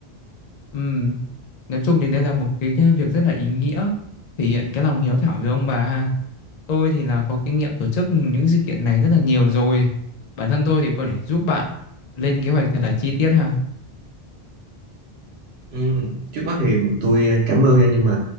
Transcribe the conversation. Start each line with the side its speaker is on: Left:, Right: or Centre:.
Left: Ừm, nói chung thì đây là một cái, cái việc rất là ý nghĩa, thể hiện cái lòng hiếu thảo với ông bà ha. Tôi thì là có kinh nghiệm tổ chức những sự kiện này rất là nhiều rồi. Bản thân tôi thì có thể giúp bạn lên kế hoạch thật là chi tiết ha.
Right: Ừ, trước mắt thì tôi cảm ơn nha nhưng mà